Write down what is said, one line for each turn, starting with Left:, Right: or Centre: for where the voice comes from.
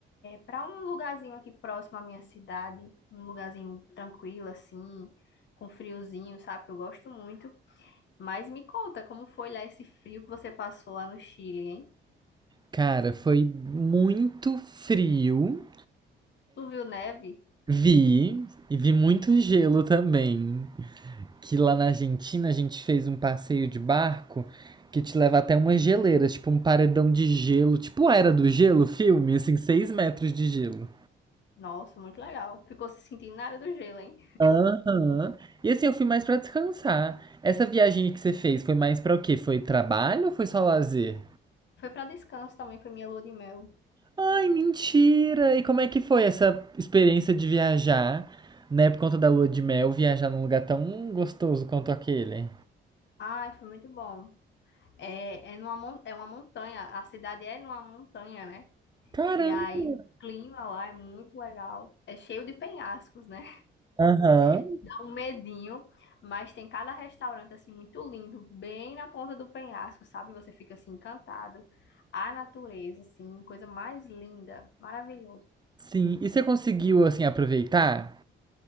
Left: para um lugarzinho aqui próximo à minha cidade, um lugarzinho tranquilo, assim, com friozinho, sabe? Eu gosto muito. Mas me conta como foi lá esse frio que você passou lá no Chile, hein?
Right: Cara, foi muito frio.
Left: Tu viu neve?
Right: Vi, e vi muito gelo também. que lá na Argentina a gente fez um passeio de barco que te leva até umas geleiras, tipo um paredão de gelo, tipo a Era do Gelo, filme, assim, seis metros de gelo.
Left: Nossa, muito legal. Ficou se sentindo na área do gelo, hein?
Right: Aham. E assim, eu fui mais pra descansar. Essa viagem que você fez foi mais pra o quê? Foi trabalho ou foi só lazer?
Left: Foi para descanso também, foi minha lua de mel.
Right: Ai, mentira! E como é que foi essa experiência de viajar, né, por conta da lua de mel, viajar num lugar tão gostoso quanto aquele?
Left: Ai, foi muito bom. É, é, numa, mon- é uma montanha, a cidade é numa montanha, né?
Right: Caramba!
Left: E aí o clima lá é muito legal, é cheio de penhascos, né?
Right: Aham.
Left: <laughs> Dá um medinho, mas tem cada restaurante assim muito lindo, bem na ponta do penhasco, sabe? Você fica assim encantado. A natureza, assim, coisa mais linda, maravilhoso.
Right: Sim, e você conseguiu, assim, aproveitar?